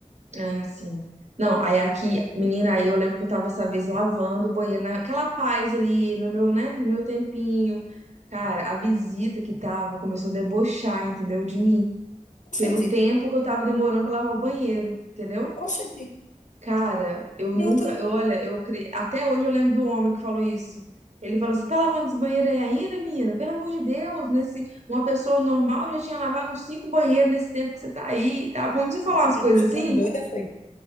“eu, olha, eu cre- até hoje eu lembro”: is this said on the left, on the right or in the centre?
Right